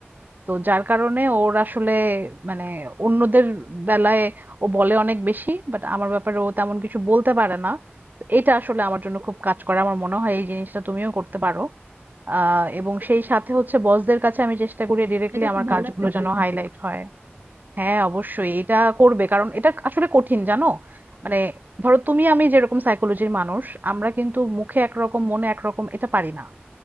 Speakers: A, on the right; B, on the right.
A: তো যার কারণে ওর আসলে মানে অন্যদের বেলায় ও বলে অনেক বেশি বাট আমার ব্যাপারে ও তেমন কিছু বলতে পারে না তো এটা আসলে আমার জন্য খুব কাজ করে আমার মনে হয় এই জিনিসটা তুমিও করতে পারো আহ এবং সেই সাথে হচ্ছে বসদের কাছে আমি চেষ্টা করি ডিরেক্টলি
B: এটা খুব
A: আমার
B: ভালো
A: কাজগুলো
B: একটা ট্রিক
A: যেন হাইলাইট হয় হ্যাঁ অবশ্যই এটা করবে কারণ এটা আসলে কঠিন জানো মানে ধরো তুমি আমি যেরকম সাইকোলজির মানুষ আমরা কিন্তু মুখে একরকম মনে একরকম এটা পারি না